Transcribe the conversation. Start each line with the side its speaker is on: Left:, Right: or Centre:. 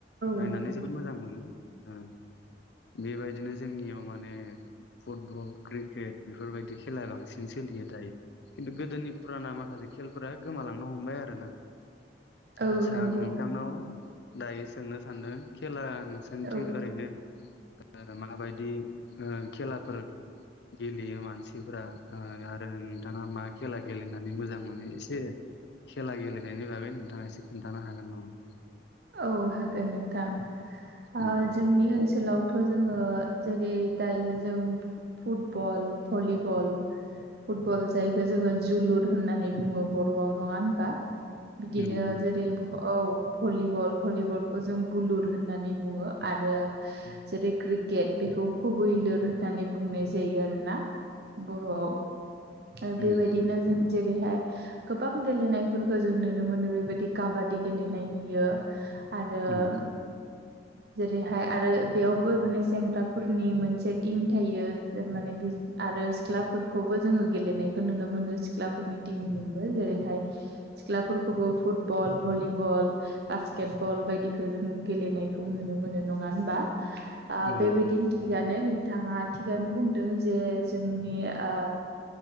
Left: नायनानै
Right: नंगौ
Left: जोबोद मोजां मोनो ओ बेबायदिनो जोंनियाव माने फुटबल क्रिकेट बेफोरबायदि खेला बांसिन सोलियो दायो खिन्थु गोदोनि फुराना माखासे खेलफोरा गोमालांनो हमबाय आरो ना
Right: औ
Left: आदसा
Right: नंगौ
Left: आं नोंथांनाव दायो सोंनो सानदों खेला नोंसोरनिथिं
Right: औ
Left: ओरैनो माबायदि खेलाफोर गेलेयो मानसिफ्रा आरो नोंथाङा मा खेला गेलेनानै मोजां मोनो एसे खेला गेलेनायनि बागै नोंथाङा एसे खोन्थानो हागोन नामा
Right: औ हागोन नोंथां ओ
Left: उम
Right: जोंनि ओनसोलावथ' जोङो जेरै दायो जों फुटबल भलिबल फुटबल जायखौ जोङो जोलुर होननानै बुङो बर' बर'आव नङा होनबा बिदिनो
Left: नंगौ
Right: जेरै भलि बल भलिबलखौ जों बुलुर होननानै बुङो आरो
Left: उम
Right: जेरै कृ केट बेखौ खुबैलुर होननानै बुंनाय जायो आरोना बर'आव
Left: उम
Right: आरो बेबायदिनो जों जेरैहाय गोबां गेलेनायफोरखौ जों नुनो मोनो बेबायदि काबादि गेलेनाय नुयो आरो
Left: उम
Right: जेरैहाय आरो बेयावबो माने सेंग्राफोरनि मोनसे टिम थायो माने आरो सिख्लाफोरखौबो जोङो गेलेनायखौ नुनो मोनो सिख्लाफोरनि टिमजोंबो जेरैहाय सिखलाफोरखौबो फुटबल भलिबल बासकेट बल बायदिखौ जों गेलेनायखौ नुनो मोनो नङा होनबा
Left: नंगौ
Right: बेबायदिनो थिगानो नोंथाङा थिगानो बुंदों जे जोंनि ओ